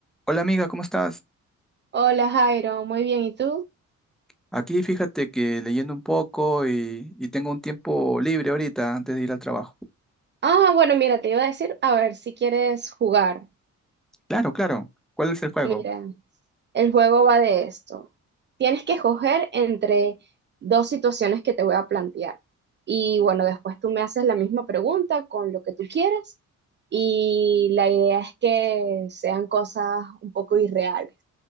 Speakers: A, in the centre; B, on the right (about 35°).
A: Hola amiga, ¿cómo estás?
B: Hola Jairo, muy bien, ¿y tú?
A: Aquí fíjate que leyendo un poco y, y tengo un tiempo libre ahorita antes de ir al trabajo.
B: Ah, bueno, mira, te iba a decir, a ver si quieres jugar.
A: Claro, claro. ¿Cuál es el juego?
B: Mira, el juego va de esto. Tienes que escoger entre dos situaciones que te voy a plantear. Y bueno, después tú me haces la misma pregunta con lo que tú quieras. Y la idea es que sean cosas un poco irreales.